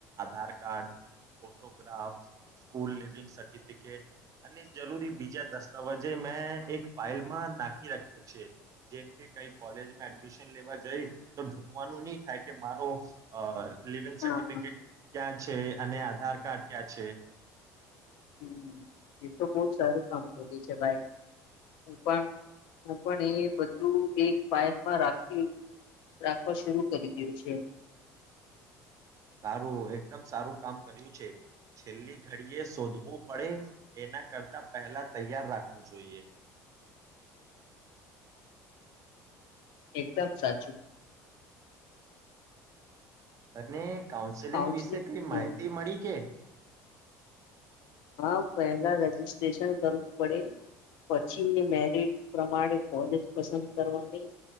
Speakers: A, on the right; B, on the left.
A: Aadhaar card photograph school leaving certificate અને જરૂરી બીજા દસ્તાવેજે મેં એક ફઇલમાં નાખી રાખ્યો છે જેમકે કઈ કોલેજમાં એડમિશન લેવા જઈ તો ઢૂનવાનું નહી થાય કે મારો અ લિવિંગ સર્ટિફિકેટ
B: હા
A: ક્યાં છે, અને આધાર કાર્ડ ક્યાં છે,
B: હમ. એ તો બહ જ સારું કામ કરે છે ભાઈ હું પણ હું પણ એ બધું એક પાાયનમાં રાખી રાખવા શર કરી દું છે.
A: સારું એકદમ સારું કામ કર્યું છે, છેલ્લી ઘડીએ શોધવું પડે એના કરતા પહેલા તૈયાર રાખવું જોઈએ,
B: એકદમ સાચું
A: અને કાઉન્સેલિંગ
B: કાઉન્સલિંગ
A: વિશે કઈ
B: હમ.
A: માહિતી મળી કે
B: હા પહેલા રજિસ્ટ્રેશન કરવું પડે, પછી મેરિટ પ્રમાણે કોલેજ પસંદ કરવાની,